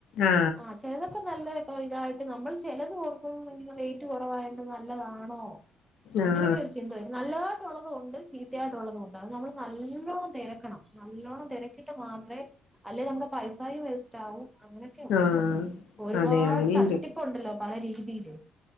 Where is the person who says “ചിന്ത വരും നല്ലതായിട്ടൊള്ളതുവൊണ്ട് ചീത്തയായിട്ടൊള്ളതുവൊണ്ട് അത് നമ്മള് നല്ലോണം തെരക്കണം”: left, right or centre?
Centre